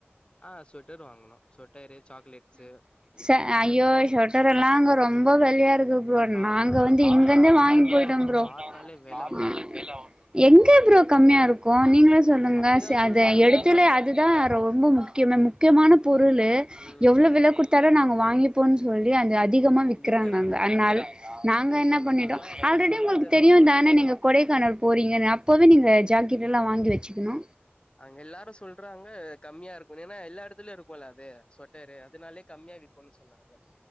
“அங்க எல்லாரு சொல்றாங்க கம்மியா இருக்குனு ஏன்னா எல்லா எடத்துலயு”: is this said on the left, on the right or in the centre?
Left